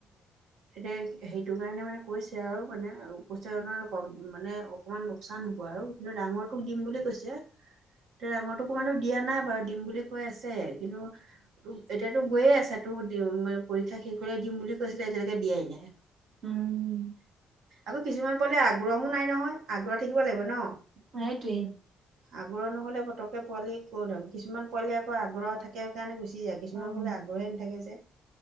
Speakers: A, on the right; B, on the right.
A: এ সেইটো কাৰণে মানে কৈছে আৰু মানে অফিচাৰ মানে অকণমান লোকচান হ'ব আৰু কিন্তু ডাঙৰ তোক দিম বুলি কৈছে। ডাঙৰটোকো মানে দিয়া নাই বাৰু দিম বুলি কৈ আছে। কিনো <unintelligible> এতিয়াতো গৈয়ে আছে তোৰ দিম পৰীক্ষা শেষলে দিম বুলি কৈছিলে আজিলৈকে দিয়াই নাই।
B: উম।
A: আকৌ কিছুমান পোৱালি আগ্ৰহো নাই নহয়। আগ্ৰহ থাকিব লাগিব ন।
B: সেইটোৱে
A: আগ্ৰহ নহ'লে পতকে পোৱালি ক'ত আও। কিছুমান পোৱালি আকৌ আগ্ৰহ থাকে কাৰণে গুচি যায়। কিছুমান
B: উম,
A: পোৱালি আগ্ৰহে নথাকে যে